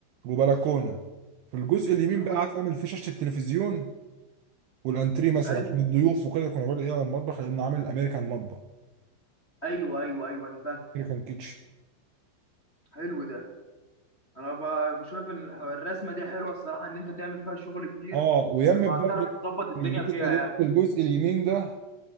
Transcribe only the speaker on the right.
وبلكونة في الجزء اليمين
بقى
عايز
اعمل فيه شاشة التلفزيون والانتريه مثلا
عشان الضيوف وكده يكونوا قاعدين ايه على المطبخ لان عامل امريكان مطبخ
امريكان كيتشن
اه ويمت
برضه
الجزء
الجزء اليمين ده